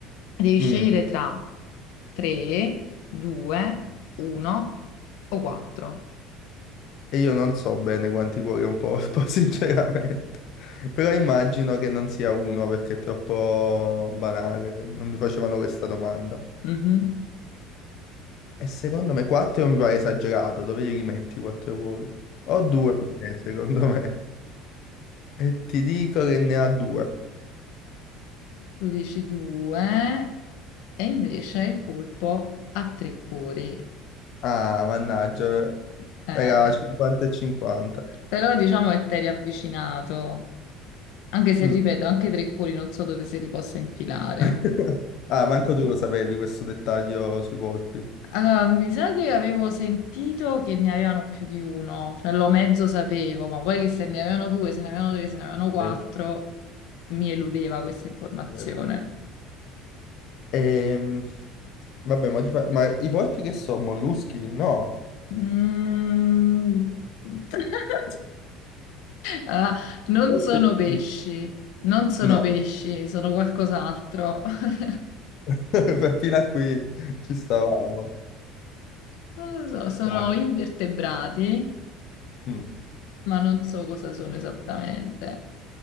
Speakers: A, on the left; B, on the left.
A: Devi
B: Mm,
A: scegliere tra 3, 2, 1 o 4.
B: E io non so bene quanti cuori ho un porpo, <laughs> sinceramente, però immagino che non sia uno perché è troppo banale, non mi facevano questa domanda.
A: Mhm.
B: E secondo me 4 mi pare esagerato, dove li rimetti 4 cuori? O 2, secondo me. E ti dico che ne ha 2.
A: Tu dici 2 e invece il polpo ha 3 cuori.
B: Ah, mannaggia,
A: Eh,
B: era
A: eh,
B: 50 e 50.
A: Però diciamo che t'eri avvicinato, anche se
B: Mm.
A: ripeto, anche tre cuori non so dove se li possa infilare.
B: <laughs> Ah, manco tu lo sapevi questo dettaglio sui polpi.
A: Allora, mi sa che avevo sentito che ne avevano più di uno, cioè lo mezzo sapevo, ma poi che se ne avevano due, se ne avevano tre, se ne avevano quattro,
B: Eh,
A: mi eludeva questa informazione.
B: vero. Ehm, vabbè, ma, ti fa- ma i polpi che sono? Molluschi? No.
A: Mm. <laughs> Ah, non
B: Forse
A: sono pesci,
B: sì.
A: non sono
B: No,
A: pesci, sono qualcos'altro. <laughs>
B: <laughs> fino a qui ci stavamo.
A: Non lo so, sono
B: Vai.
A: invertebrati.
B: Mm.
A: ma non so cosa sono esattamente.